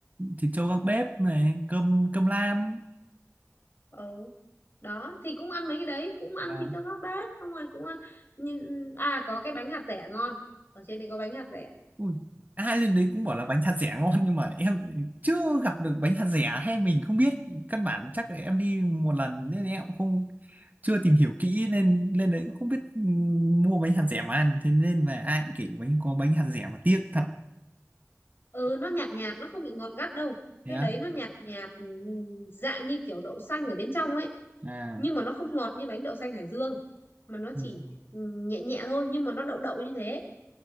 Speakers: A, on the right (about 30°); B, on the left (about 45°).
A: thịt trâu gác bếp này cơm cơm lam
B: ừ đó thì cũng ăn mấy cái đấy cũng ăn
A: vâng
B: thịt cho các bếp xong rồi cũng ăn nhìn à có cái bánh hạt dẻ ngon ở trên đây có bánh hạt dẻ
A: Ui, ai lên đấy cũng bảo là bánh hạt dẻ ngon nhưng mà em chưa gặp được bánh hạt dẻ hay mình không biết căn bản chắc là em đi một lần nên em cũng không chưa tìm hiểu kỹ nên lên đấy cũng không biết ừm, mua bánh hạt dẻ mà ăn thế nên về ai cũng kể bánh có bánh hạt dẻ mà tiếc thật
B: ừ nó nhạt nhạt nó không bị ngọt gắt đâu
A: thế
B: cái
A: á
B: đấy nó nhạt nhạt ừm, dạng như kiểu đậu xanh ở bên trong ấy
A: à
B: nhưng mà nó không ngọt như bánh đậu xanh Hải Dương mà nó
A: ừ,
B: chỉ ừm, nhẹ nhẹ thôi nhưng mà nó đậu đậu như thế